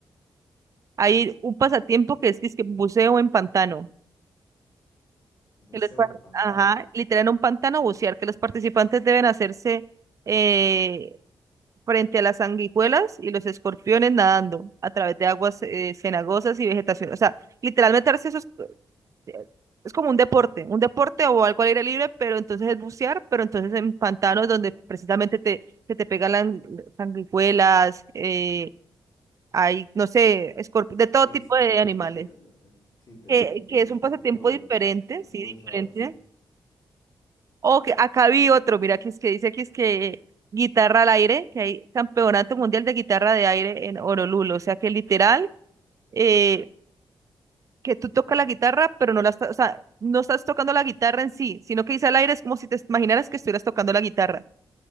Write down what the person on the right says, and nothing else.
hay un pasatiempo que es que es que buceo en pantano.
que los par-
ajá, literal en un pantano bucear, que los participantes deben hacerse eh, frente a las sanguijuelas y los escorpiones nadando a través de aguas eh, cenagosas y vegetación. O sea, literal meterse esos eh, es como un deporte, un deporte o algo al aire libre, pero entonces es bucear, pero entonces en pantanos donde precisamente te, se te pegan las sanguijuelas, eh, hay, no sé, escorp- de todo
tipo
de
animales.
Que,
que es un
pasatiempo
diferente,
sí, diferente
O que acá vi otro, mira, que es que dice que es que guitarra al aire, que hay campeonato mundial de guitarra de aire en Honolulu, o sea que literal, eh, que tú tocas la guitarra, pero no la estás, o sea, no estás tocando la guitarra en sí, sino que dice al aire es como si te imaginaras que estuvieras tocando la guitarra.